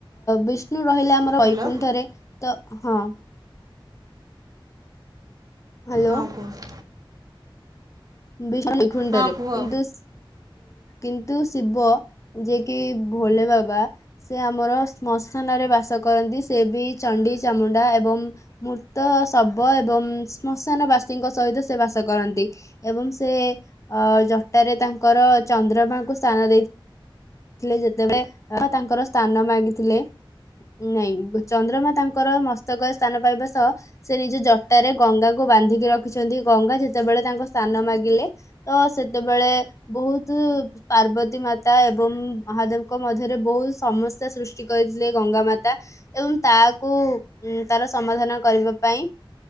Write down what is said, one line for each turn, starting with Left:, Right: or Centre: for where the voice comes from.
Left: ବି ରହିଲେ ଆମର
Right: ହ୍ୟାଲୋ
Left: ବୈକୁଣ୍ଠରେ ତ ହଁ ହ୍ୟାଲୋ
Right: ହଁ କୁହ।
Left: ବିଷ୍ଣୁ କୁଣ୍ଡରେ
Right: ହଁ କୁହ
Left: କିନ୍ତୁ କିନ୍ତୁ ଶିବ ଯିଏ କି ଭୋଲେ ବାବା ସେ ଆମର ଶ୍ମଶାନ ରେ ବାସ କରନ୍ତି ସେ ବି ଚଣ୍ଡି ଚାମୁଣ୍ଡା ଏବଂ ମୃତ ଶବ ଏବଂ ଶ୍ମଶାନ ବାସୀଙ୍କ ସହିତ ସେ ବାସ କରନ୍ତି। ଏବଂ ସେ ଅ ଜଟାରେ ତାଙ୍କର ଚନ୍ଦ୍ରମାଙ୍କୁ ସ୍ଥାନ ଦେଇଥିଲେ ଯେତେବେଳେ ତାଙ୍କର ସ୍ଥାନ ମାଗିଥିଲେ ନାଇଁ ଚନ୍ଦ୍ରମା ତାଙ୍କର ମସ୍ତକରେ ସ୍ଥାନ ପାଇବା ସହ ସେ ନିଜ ଜଟରେ ଗଙ୍ଗାକୁ ବାନ୍ଧିକି ରଖିଛନ୍ତି ଗଙ୍ଗା ଯେତେବେଳେ ତାଙ୍କ ସ୍ଥାନ ମାଗିଲେ ତ ସେତେବେଳେ ବହୁତ ପାର୍ବତୀ ମାତା ଏବଂ ମହାଦେବଙ୍କ ମଧ୍ୟରେ ବହୁତ ସମସ୍ୟା ସୃଷ୍ଟି କରିଥିଲେ ଗଙ୍ଗା ମାତା ଏବଂ ତାକୁ ତାର ସମାଧାନ କରିବା ପାଇଁ